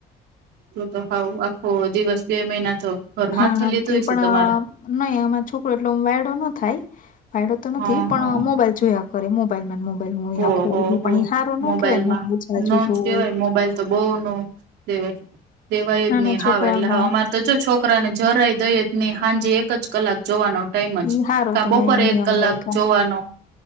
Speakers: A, on the right; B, on the left.
A: તો તો હાવ આખો દિવસ બે મહિના તો ઘર માથે
B: હા
A: લીધું
B: તે
A: હશે
B: પણ
A: તમારા.
B: અ નહી આમાં છોકરો એટલો વાયડો ન થાય વાયડો તો
A: હા
B: નથી પણ
A: હા
B: મોબાઈલ જોયા મોબાઈલમાં મોબાઈલ હોય
A: ઓહો
B: આખો
A: હો
B: પણ હ સારો ન
A: મોબાઈલમાં
B: કહેવાય મોબાઈલ
A: નો
B: ચજુ જોય.
A: જ કેવાય મોબાઈલ તો બહ ન દેવા દેવાય
B: નાના
A: જ નહી
B: છોકરાઓને
A: હાવ એટલે અમાર ત જો છોકરા ને જરાઈ દહી ને હાજ એક જ કલાક જોવાનો ટાઈમ જ
B: ઈ હારો
A: કા
B: તમે
A: બોપર
B: નિયમ
A: એક કલાક
B: રાયખા
A: જોવાનો.